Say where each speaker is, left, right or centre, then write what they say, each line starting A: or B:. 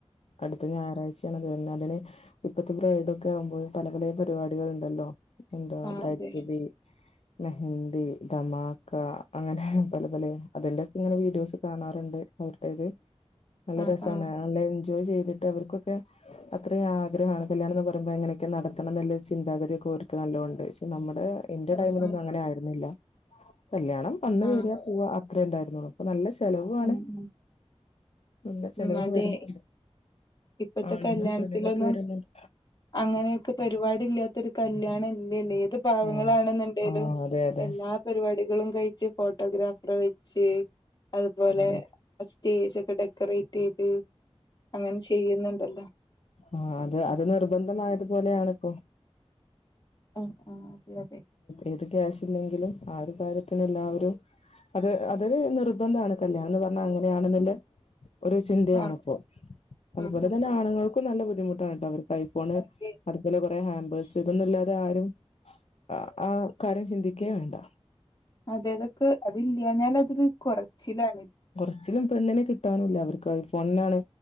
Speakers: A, on the left (about 70°); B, on the left (about 40°).
A: അടുത്ത ഞായറാഴ്ചയാണ് അതിന് ഇപ്പഴത്തെ ബ്രൈഡ് ഒക്കെ ആകുമ്പോള് പല പല പരിപാടികൾ ഉണ്ടല്ലോ എന്താ
B: ആ
A: ബ്രൈട്
B: അതെ
A: റ്റു ബി മെഹന്ദി ദധമാക്ക അങ്ങനെ പല പല അതിന്റെക്കെ ഇങ്ങനെ വീഡിയോസ് കാണാറുണ്ട് ഓരോരുത്തര്ത് നല്ല
B: ആ
A: രസമാണ്
B: ആ
A: നല്ല എൻജോയ് ചെയ്തിട്ട് അവർക്കൊക്കെ അത്രയും ആഗ്രഹമാണ് കല്യാണം എന്ന് പറയ്പോ എങ്ങനെ ക്കെ നടത്തണം എന്ള്ള ചിന്താഗതി ഒക്കെ ഓർക് നല്ലൊണം ഇണ്ട് പക്ഷെ നമ്മുടെ എന്റെ
B: ആ
A: ടൈമിലൊന്നും
B: ആ
A: അങ്ങനെ ആയിരുന്നില്ല കല്യാണം വന്ന്
B: ആ
A: വരാ പോവ അത്രേ ഉണ്ടായിരുന്നുള്ള ഇപ്പൊ നല്ല ചെലവാണ്
B: ഉം ഉം
A: നല്ല ചെലവും
B: ഉം അതെ
A: വരുന്നുണ്ട്
B: ഇപ്പത്തെ
A: ആണിനും
B: കല്യാണത്തിലൊന്നും
A: പെണ്ണിനൊക്കെ വരുന്നുണ്ട്
B: അങ്ങനെയൊക്കെ പരിപാടില്ലാത്തരു കല്യാണം ഇല്ലല്ലേ ഏത് പാവങ്ങളാണ്
A: ആഹ്
B: എന്നുണ്ടെലും
A: ആഹ് അതെ അതെ
B: എല്ലാ പരിപാടികളും കഴിച്ച് ഫോട്ടോഗ്രാഫർ വെച്ച് അതുപോലെ
A: അതെ
B: സ്റ്റേജ് ഒക്കെ ഡെക്കറേറ്റ് ചെയ്ത് അങ്ങനെ ചെയ്യുന്നുണ്ടല്ലോ
A: ആ അത് അത് നിർബന്ധമായത് പോലെയാണ് ഇപ്പോ
B: ഉം ഉം അതെ അതെ
A: ഏത് ക്യാഷ് ഇല്ലെങ്കിലും ആ ഒരു കാര്യത്തിന് എല്ലാവരും അത് അത് നിർബന്ധണ് കല്യാണം എന്ന് പറഞ്ഞാ അങ്ങനെയാണെന്നില്ല ഒരു ചിന്തയാണിപ്പോൾ
B: ആഹ്
A: അതുപോലെ
B: ആഹ്
A: തന്നെ
B: ആഹ്
A: ആണുങ്ങൾക്കും നല്ല ബുദ്ധിമുട്ടാണ്ട് ട്ടെ അവർക്ക് ഐഫോൺ
B: അതെ
A: അതുപോലെ കൊറെ ഹാമ്പേഴ്സ് ഇതൊന്നും ഇല്ലാതെ ആരും ആ ആ കാര്യം ചിന്തിക്കേ വേണ്ട
B: അതെ അന്തൊക്കെ അത് ഇല്ലാഞ്ഞാൽ അതില് കൊറച്ചിലാണ്
A: കൊറച്ചിലും പെണ്ണിനെ കിട്ടാനുമില്ല അവർക്ക് ഐഫോണിനാണ്